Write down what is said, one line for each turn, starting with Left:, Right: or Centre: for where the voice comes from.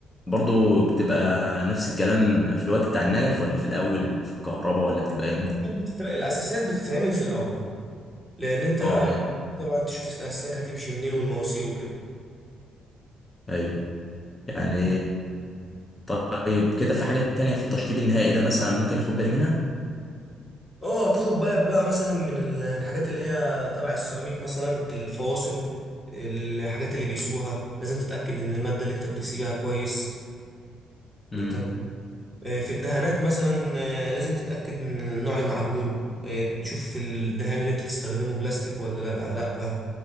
Left: برضو بتبقى نفس الكلام في الوقت بتاع النجف ولا في الاول في الكهرباء ولا بتبقى امتى
Centre: بتتر... الاساسات بتتعمل في الاول لان انت
Left: اه يعني
Centre: طبعا تشوف الاسلاك هتمشي منين والمواسير وكده
Left: ايوه يعني طيب كده في حاجات تانية في التشطيب النهائي ده مثلا ممكن اخد بالي منها
Centre: اه تاخد بالك بقى مثلا من ال- الحاجات اللي هي تبع السيراميك مثلا الفواصل الحاجات اللي بيسقوها لازم تتأكد ان المادة اللي انت بتسيبها كويس
Left: امم
Centre: تمام. آه، في الدهانات مثلا آه، لازم تتأكد من نوع المعجون آه، تشوف الدهان اللي انت تستخدمه بلاستيك ولا لا لا